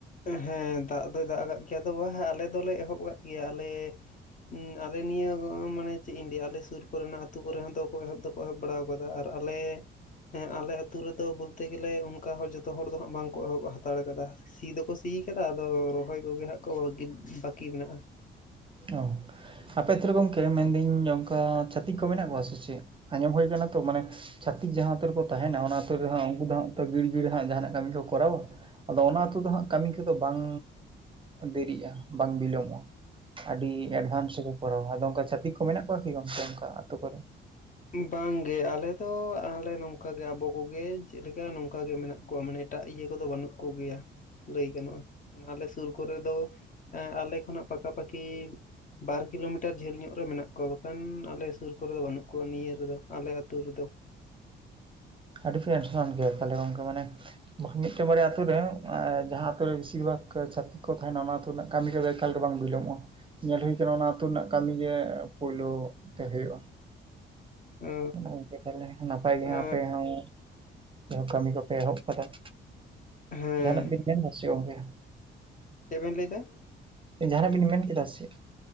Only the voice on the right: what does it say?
ᱚᱸᱦ ᱟᱯᱮ ᱟᱛᱳ ᱨᱮ ᱜᱚᱢᱠᱮ ᱢᱮᱱᱫᱟᱹᱧ ᱚᱱᱠᱟ ᱪᱷᱟᱹᱛᱤᱠ ᱠᱚ ᱢᱮᱱᱟᱜ ᱠᱚᱣᱟ ᱥᱮ ᱪᱮᱫ? ᱟᱸᱡᱚᱢ ᱦᱩᱭ ᱠᱟᱱᱟ ᱛᱚ ᱢᱟᱱᱮ ᱼᱼ ᱪᱷᱟᱹᱛᱤᱠ ᱡᱟᱦᱟᱸ ᱟᱛᱳ ᱨᱮᱠᱚ ᱛᱟᱦᱮᱱᱟ ᱚᱱᱟ ᱟᱛᱳ ᱨᱮᱦᱚᱸ ᱩᱱᱠᱩ ᱫᱚ ᱦᱟᱸᱜ ᱜᱷᱤᱲ ᱜᱷᱤᱲ ᱦᱟᱸᱜ ᱡᱟᱦᱟᱱᱟᱜ ᱠᱟᱹᱢᱤ ᱠᱚᱨᱟᱣᱟ ᱾ ᱟᱫᱚ ᱚᱱᱟ ᱟᱹᱛᱩ ᱫᱚ ᱦᱟᱸᱜ ᱠᱟᱹᱢᱤ ᱠᱚᱫᱚ ᱵᱟᱝ ᱰᱮᱨᱤᱜ-ᱟ ᱵᱟᱝ ᱵᱤᱞᱚᱢᱚᱜᱼᱟ ᱾ ᱟᱹᱰᱤ ᱮᱰᱵᱷᱟᱱᱥ ᱨᱮᱠᱚ ᱠᱚᱨᱟᱣᱟ, ᱟᱫᱚ ᱚᱱᱠᱟ ᱪᱷᱟᱛᱤᱠ ᱠᱚ ᱢᱮᱱᱟᱜ ᱠᱚᱣᱟ ᱠᱤ ᱜᱚᱢᱠᱮ ᱚᱱᱠᱟ ᱟᱛᱳ ᱠᱚᱨᱮ?
ᱟᱹᱰᱤ ᱯᱮ ᱮᱰᱵᱷᱟᱱᱥ ᱜᱮᱭᱟ ᱛᱟᱦᱚᱞᱮ ᱜᱚᱢᱠᱮ ᱢᱟᱱᱮ ᱼᱼ ᱵᱟᱠᱷᱟᱱ ᱢᱤᱫᱴᱮᱱ ᱵᱟᱨᱭᱟ ᱟᱛᱳ ᱨᱮ ᱡᱟᱦᱟᱸ ᱟᱛᱩ ᱨᱮ ᱵᱤᱥᱤᱨ ᱵᱷᱟᱜᱽ ᱪᱷᱟᱛᱤᱠᱼᱼ ᱠᱚ ᱛᱟᱦᱮᱱᱟ ᱚᱱᱟ ᱨᱮᱱᱟᱜ ᱠᱟᱹᱢᱤ ᱠᱚᱫᱚ ᱮᱠᱟᱞ ᱫᱚ ᱵᱟᱝ ᱵᱤᱞᱚᱢᱚᱜ-ᱟ ᱾ ᱧᱮᱞ ᱦᱩᱭ ᱠᱟᱱᱟ ᱚᱱᱟ ᱟᱹᱛᱩ ᱨᱮᱱᱟᱜ ᱠᱟᱹᱢᱤ ᱜᱮ ᱯᱳᱭᱞᱳ ᱛᱮ ᱦᱳᱭᱳᱜ-ᱟ ᱾
ᱚᱱᱟ ᱜᱚᱢᱠᱮ ᱛᱟᱦᱚᱞᱮ ᱱᱟᱯᱟᱭ ᱜᱮ
ᱟᱯᱮ ᱦᱚᱸ ᱠᱟᱹᱢᱤ ᱠᱚᱯᱮ ᱮᱦᱚᱵ ᱠᱟᱫᱟ ᱾
ᱡᱟᱦᱟᱱᱟᱜ ᱵᱤᱱ ᱢᱮᱱᱫᱟ ᱥᱮ ᱜᱚᱢᱠᱮ?
ᱡᱟᱦᱟᱱᱟᱜ ᱵᱮᱱ ᱢᱮᱱ ᱠᱮᱫᱟ ᱥᱮ?